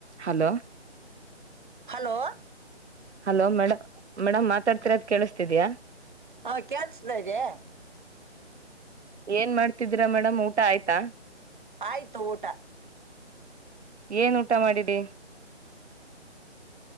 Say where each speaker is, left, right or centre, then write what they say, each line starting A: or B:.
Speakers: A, on the right (about 70°); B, on the right (about 45°).
A: Hello
B: hello
A: hello ಮೇಡ madam ಮಾತಾಡ್ತಿರದ ಕೇಳಿಸಸ್ತಿದ್ಯಾ
B: ಹಾ ಕೆಳ್ಸತಾ ಇದೆ.
A: ಏನ್ ಮಾಡ್ತಿದೀರಾ ಮೇಡಮ್ ಊಟ ಆಯ್ತಾ.
B: ಆಯ್ತು ಊಟ
A: ಏನ್ ಊಟ ಮಾಡಿದಿ